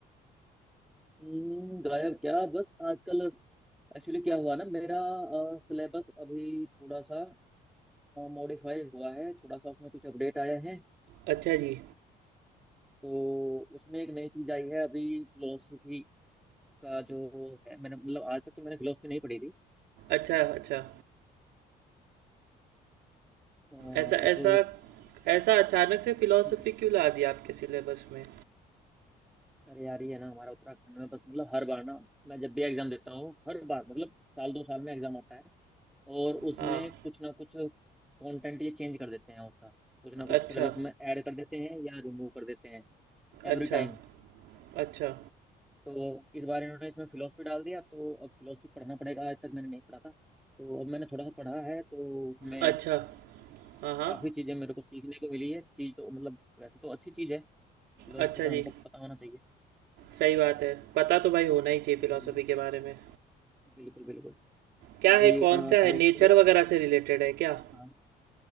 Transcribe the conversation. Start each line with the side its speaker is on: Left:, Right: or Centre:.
Centre: हम्म, गायब क्या बस आजकल एक्चुअली क्या हुआ ना मेरा सिलेबस अभी थोड़ा सा मॉडिफाई हुआ है थोड़ा सा उसमें कुछ अपडेट आए हैं
Right: अच्छा जी
Centre: तो उसमें एक नई चीज आई है अभी फिलोसफी का जो है मैंने मतलब आज तक तो मैंने फिलोसफी नहीं पढ़ी थी
Right: अच्छा अच्छा
Centre: अ,
Right: ऐसा
Centre: अब
Right: ऐसा ऐसा अचानक से फिलॉसफी
Centre: हम्म,
Right: क्यों ला दिया आपके सिलेबस में
Centre: अरे यार ये है ना हमारा उत्तराखंड में बस मतलब हर बार ना मैं जब भी एग्जाम देता हूँ हर बार मतलब साल दो साल में एग्जाम आता है और उसमें
Right: हाँ
Centre: कुछ ना कुछ कंटेंट ये चेंज कर देते हैं उसका कुछ ना कुछ
Right: अच्छा
Centre: सिलेबस में ऐड कर देते हैं या रिमूव कर देते हैं एवरी
Right: अच्छा
Centre: टाइम
Right: अच्छा
Centre: तो इस बार इन्होंने इसमें फिलोसफी डाल दिया तो अब फिलोसफी पढ़ना पड़ेगा आज तक मैंने नहीं पढ़ा था तो अब मैंने थोड़ा सा पढ़ा है तो उसमें
Right: अच्छा हाँ हाँ
Centre: काफ़ी चीज़ें मेरे को सीखने को मिली है चीज़ तो मतलब वैसे तो अच्छी चीज़ है फिलोसफी
Right: अच्छा
Centre: का हमको
Right: जी
Centre: पता होना चाहिए
Right: सही बात है पता तो भाई होना ही चाहिए
Centre: हम्म,
Right: फिलॉसफी के बारे में
Centre: बिल्कुल बिल्कुल
Right: क्या
Centre: अभी
Right: है कौन सा
Centre: फिलोसफी
Right: है नेचर वगैरह से रिलेटेड है क्या
Centre: हाँ